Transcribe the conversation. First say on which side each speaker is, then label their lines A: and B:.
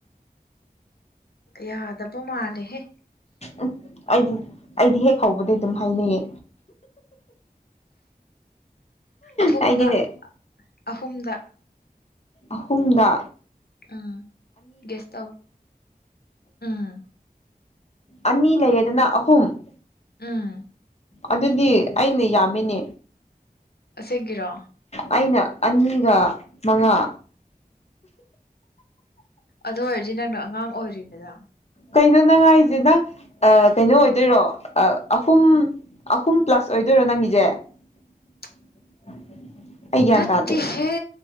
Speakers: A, on the left; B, on the left.
A: ꯌꯥꯗꯕꯣ ꯃꯥꯂꯦ ꯍꯦ
B: ꯎꯝ ꯑꯩꯗꯤ ꯑꯩꯗꯤ ꯍꯦꯛ ꯍꯧꯕꯗꯩ ꯑꯗꯨꯝ ꯍꯥꯏꯅꯩꯌꯦ
A: ꯑꯍꯨꯝꯗ
B: ꯑꯩꯗꯤꯅꯦ
A: ꯑꯍꯨꯝꯗ
B: ꯑꯍꯨꯝꯗꯥ
A: ꯎꯝ ꯒꯦꯁꯥꯎ ꯎꯝ
B: ꯑꯅꯤ ꯂꯩꯌꯦꯗꯅ ꯑꯍꯨꯝ
A: ꯑꯥ
B: ꯑꯗꯨꯗꯤ ꯑꯩꯅ ꯌꯥꯝꯃꯤꯅꯦ
A: ꯁꯦꯡꯒꯤꯔꯣ
B: ꯑꯩꯅ ꯑꯅꯤꯒ ꯃꯉꯥ
A: ꯑꯗꯨ ꯑꯣꯏꯔꯗꯤ ꯅꯪꯅ ꯑꯉꯥꯡ ꯑꯣꯏꯔꯤꯅꯤꯗ
B: ꯀꯩꯅꯣꯅꯉꯥꯏꯁꯦ ꯅꯪ ꯑ ꯀꯩꯅꯣ ꯑꯣꯏꯗꯣꯏꯔꯣ ꯑꯍꯨꯝ ꯑꯍꯨꯝ ꯄ꯭ꯂꯁ ꯑꯣꯏꯗꯣꯏꯔꯣ ꯅꯪꯒꯤꯁꯦ
A: <unintelligible>
B: <unintelligible>
A: ꯅꯠꯇ
B: ꯇꯥꯗꯦ
A: ꯍꯦ